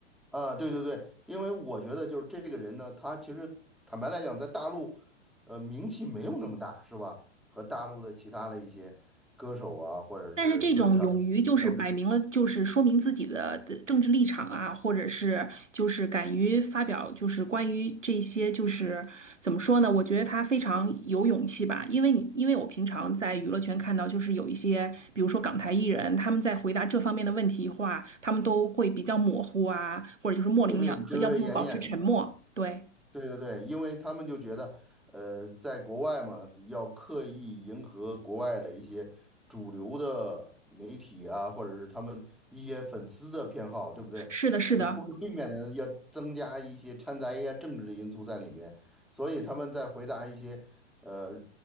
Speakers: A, in the centre; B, on the right.
A: 啊，对对对，因为我觉得就是这个人呢，他其实坦白来讲，在大陆，呃，名气没有那么大，是吧？和大陆的其他的一些歌手啊，或者是娱乐圈儿的相比，
B: 但是这种勇于就是摆明了，就是说明自己的的政治立场啊，或者是就是敢于发表，就是关于这些，就是怎么说呢？我觉得他非常有勇气吧，因为你因为我平常在娱乐圈看到，就是有一些，比如说港台艺人，他们在回答这方面的问题的话，他们都会比较模糊啊，或者就是模棱两可，
A: 对对，遮遮掩掩的，
B: 要不就是保持沉默。对，
A: 对对对，因为他们就觉得，呃，在国外嘛，要刻意迎合国外的一些主流的媒体啊，或者是他们一些粉丝的偏好，对不对？
B: 是的，是的，
A: 呃，不可避免的要增加一些掺杂一些政治的因素在里面，所以他们在回答一些，呃，